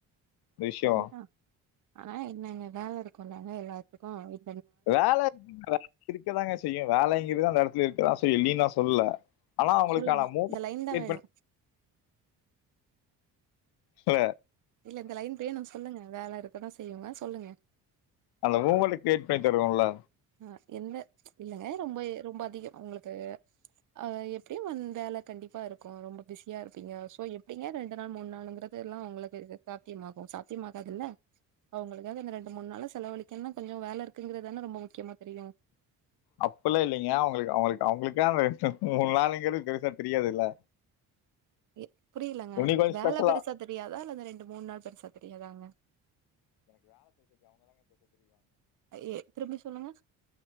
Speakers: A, on the left (about 70°); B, on the right (about 50°).
A: இந்த விஷயோ
B: செரிதான் ஆனா என்னங்க வேல ருக்கும்ல என்ன எல்லாத்துக்கு வித்
A: வேல <inaudible> இருக்கதாங்க செய்யு வேலங்கிறது அந்த எடத் இருக்கதா செய்யு இல்லீன் நா சொல்ல ஆனா அவ்ங்ளுக்கான
B: சொல்லுங்க
A: <inaudible>
B: இந்த லைன் தா வேணு
A: அ
B: இல்ல இந்த லைன் பேனுன் சொல்லுங்க வேல இருக் ப்பதா செய்யுங்க சொல்லுங்க
A: அந்த மூவ்மெண்ட் கிரீயேட் பண்ணி தருவோல
B: ஆ என்ன இல்லங்க ரொம்ப ரொம்ப அதிக உங்களுக்கு அ எப்டியு வந் வேல கண்டிப்பாருக்கும் ரொம்ப பிஸியாருப்பீங்க சோ எப்டிங்க ரெண்டு நாள் மூணு நாளுங்றது எல்லாம் உங்ளுக்கு சாத்தியமாகும் சாத்யமாகாதுல அவுங்ளுக்காக இந்த ரெண்டு மூணு நாள செலவலிக்ணுனா கொஞ்சோ வேலருக்குங்றதுதானே ரொம்ப மு முக்கியமா தெரியு
A: அப்பில்லா இல்லெங்க அவுங்ளுக் அவுங்ளுக் அவுங்ளுக்கே அந்த ரெண்டு மூணு நாளுங்றது பெருசா தெரியாதுல்ல
B: எ புரிலங்க
A: இன்னைக்கு கொஞ்சம்
B: வேல
A: ஸ்பெஷலா.
B: பெருசா தெரியாதா இல்ல அந்த ரெண்டு மூணு நாள் பெருசா தெரியாதாங்க எ திரும்பி சொல்லுங்க